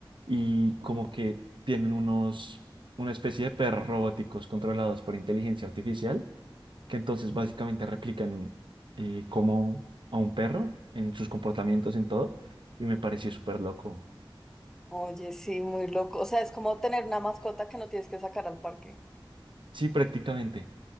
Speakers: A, on the right; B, in the centre.
A: y como que tienen unos, una especie de perros robóticos controlados por inteligencia artificial que entonces básicamente replican eh, como a un perro en sus comportamientos, en todo, y me pareció súper loco.
B: Oye, sí, muy loco. O sea, es como tener una mascota que no tienes que sacar al parque.
A: Sí, prácticamente.